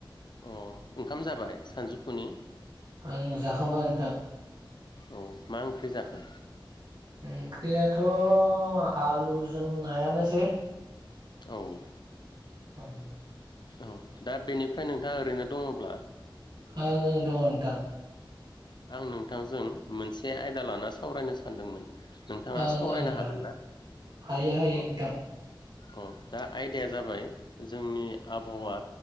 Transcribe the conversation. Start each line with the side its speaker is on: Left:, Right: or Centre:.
Left: अ ओंखाम जाबाय सानजौफुनि?
Right: आं जाखांबाय नोंथां।
Left: औ मा ओंख्रि जाखो?
Right: ओंख्रियाथ' आलुजों नायानोसै।
Left: औ।
Right: औ
Left: औ दा बेनिफ्राय नोंथाङा ओरैनो दङब्ला।
Right: आंङो दङ नोंथां।
Left: आं नोंथांजों मोनसे आयदा लाना सावरायनो सानदोंमोन। नोंथाङा
Right: ओं
Left: सावरायनो
Right: ओं नोंथां
Left: हागोन ना औ।
Right: हायो हायो नोंथां
Left: अ दा आयदाया जाबाय जोंनि आबहावा